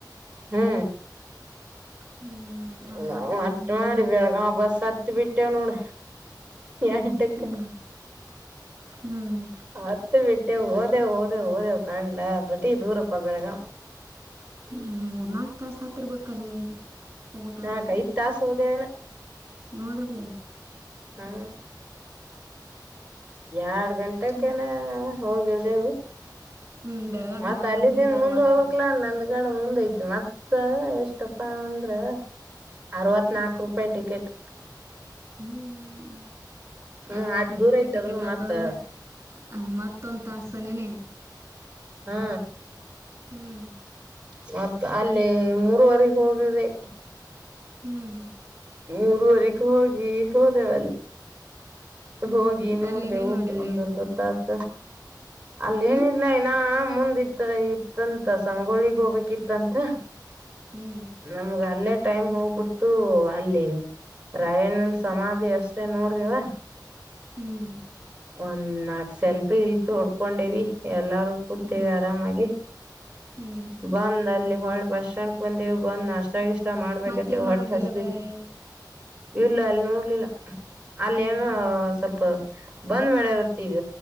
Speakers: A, on the right (about 15°); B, on the right (about 35°).
A: ಹಾ
B: ಹ್ಮ್ ಮತ್ತ
A: ನ
B: ಹತ್
A: ಮಟ
B: ರೂಪಾಯಿ ಅಂದ್ರ
A: ಮಾಡಡಿ
B: ಏನ್
A: ಬೆಳಗ
B: ಬಾಳ ಆತ
A: ಬ ಸತ್ತ ಬಿಿಟ್ಟನಡ ಯತಕ್ಕ
B: ಹ್ಮ್ ಹ್ಮ್
A: ಆ ಹತ್ ಬಿಟ್ಟೆ ಹೋದೆ ಹೋದೆ ಹೋದೆವ್ ಕಂಡ ಬಟ್ಟಿ ದೂರಪ್ಪ ಬೆಳಗ
B: ಹ್ಮ ಮೂರ್ ನಾಲ್ಕ್ ತಾಸ ಹತ್ತಿರ್ಬೇಕಲ್ಲಿ ಹೋಗಕ್ಂದ್ರೆ
A: ನಾಕ್ ಐದ್ ತಾಸ ಹೋದೇವನ
B: ನೋಡಲ್ಲಿ
A: ಹಾ ಎರಡ್ ಗಂಟಕನಾ
B: ಹ್ಮ್
A: ಹೋಗಿರ್ದೆವು
B: ಹ್ಮ್ ಬೆಳಗಾವಿಂದ
A: ಮತ್ತ
B: ಅಂದ
A: ಅಲ್ಲಿದ್ದೀನ್
B: ಮುಂದನ್
A: ಮುಂದ್
B: ಮತ್ತ
A: ಹೋಗಕ್ಲಾ ನಂದ ಗಡ ಮುಂದ್ ಐತಿ ಮತ್ತ ಎಷ್ಟಪ್ಪಾ ಅಂದ್ರ ಅರವತ್ನಾಲ್ಕು ರೂಪಾಯಿ ಟಿಕೆಟ್
B: ಹ್ಮ್
A: ಹ್ಮ್
B: ಅರವತ್ನಾಕ
A: ಅಟ್ ದೂರ
B: ರೂಪಾಯಿ
A: ಐತಿ
B: ಟಿಕೆಟ್
A: ಅದನು
B: ಆತದಂದ್ರ
A: ಮತ್ತ
B: ಆ ಮತ್ತೊಂದು ತಾಸನೇನೆ
A: ಹಾ
B: ಹ್ಮ್
A: ಮತ್ತ ಅಲ್ಲಿ ಮೂರರುವರೆಗೆ ಹೋಗಿರ್ಿದೆ
B: ಹ್ಮ್
A: ಮೂರವರೆಗೆ ಹೋಗಿ ಹೋದೆವಲ್ಲಿ
B: ಹ್ಮ್
A: ಹೋಗಿ ನೋಡ್ದವು
B: ಅಲ್ಲಿ ಏನೇನ್ ನೋಡಿದ್ರಿ
A: ಒಂದರ್ ಾಸ ಅಲ್ಲೇಏನಿದಿಲ್ಲ
B: ಹ್ಮ್
A: ನ ಮುಂದ ಇದ್ದ ಇತ್ತಂತಸ ಸಂಗೋಳಿಗ್ ಹೋಗ್ಬೇಕಿತ್ತಂತ
B: ಹ್ಮ್
A: ನಮ್ಗ ಅಲ್ಲೇ ಟೈಮ್ ಹೋಗ್ಬಿಡ್ತು ಅಲ್ಲಿ ರಾಯಣ್ಣನ್ ಸಮಾಧಿ ಅಷ್ಟೇ ನೋಡ್ದವ
B: ಹ್ಮ್
A: ಒಂದ್ ನಾಕ್ ಸೆಲ್ಪಿ ಇಲ್ಪಿ ಹೊಡ್ಕೊಂಡೇವಿ ಎಲ್ಲಾರೂ ಕೂತೇವಿ
B: ಹ್ಮ್
A: ಆರಾಮಾಗಿ
B: ಹ್ಮ್
A: ಬಂದ್ ಅಲ್ಲಿ ಹೊಳೆ ಬಸ್ಣ್ಕಂದೇವು ಬಂದ್ ನಾಷ್ಟ ಇಷ್ಟ ಇ ಮಾಡ್ಬೇಕೈತಿವ
B: ಮತ್ತೇನು
A: ಹೊಟ್ಟು
B: ನೋಡ್ಲಿಲ್ಲ
A: ಹಸಬ
B: ಬೇರೆ
A: ಇಲ್ಲ ಅಲ್ಲಿ ನೋಡ್ಲಿಲ್ಲ ಅಲ್ಲಿೇಏನೋ
B: ಹ್ಮ್
A: ಸ್ವಲ್ಪ ಬಂದ್ ಮಾಡ್ಯರುತ್ತ ಈಗ